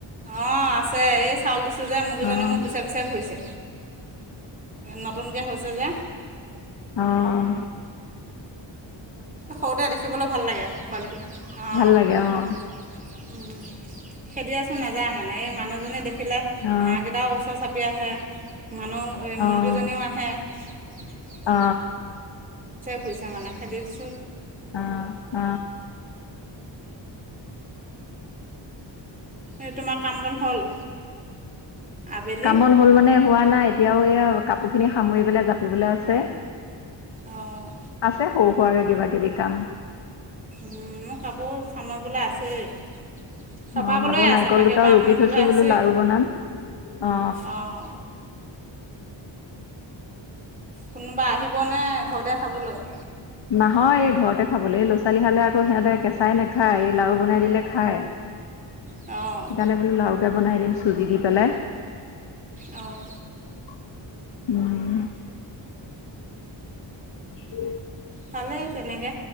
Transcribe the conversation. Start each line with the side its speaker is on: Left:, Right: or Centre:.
Right: অঁ আছে এই চাউল দিছোঁ যে মুৰ্গীজনী
Left: অ',
Right: মোৰ পিছে পিছে ঘুইছে নতুনকে হৈছে যে
Left: অহ,
Right: সৰুতে দেখিবলৈ ভাল লাগে পোৱালিকেইটা অঁ
Left: ভাল লাগে অ',
Right: উম খেদি আছো নাযায় মানে এই মানুহজনে দেখি ৰাখিলে
Left: অ',
Right: হাঁহকেইটা ওচৰ চাপি আহে মানুহ এই
Left: অ',
Right: মুৰ্গীজনীও আহে <unintelligible>
Left: অ
Right: পইচা মানে খেদিচ
Left: অ অ
Right: এই তোমাৰ কাম বন হ'ল। আবেলি
Left: কাম বন হল মানে হোৱা নাই এতিয়াও এইয়া কাপোৰ খিনি সামৰি পেলাই জাপিবলে আছে
Right: অঁ
Left: আছে সৰু সোৱাকে কিবা কিবি কাম।
Right: মোৰ কাপোৰ সামৰিবলে আছেই চপাবলৈ
Left: অ, আকৌ নাৰিকল
Right: আছে বাহিৰৰ
Left: দুটাও
Right: পৰা
Left: ৰুকি
Right: নিবলৈ
Left: থৈছো
Right: আছেই
Left: বোলো লাৰু বনাম। অ
Right: অঁ কোনোবা আহিবনে ঘৰতে খাবলৈ।
Left: নহয় এই ঘৰতে খাবলৈ ল'ৰা ছোৱালী হালে আকৌ সিহঁতে কেঁচাই নাখায় এই লাৰু বনাই দিলে খায় সেইকাৰণে
Right: অঁ
Left: বোলে লাওকে বনাই দিম চুজি দি পেলাই
Right: অঁ
Left: উম উম
Right: ভালেই তেনেকে,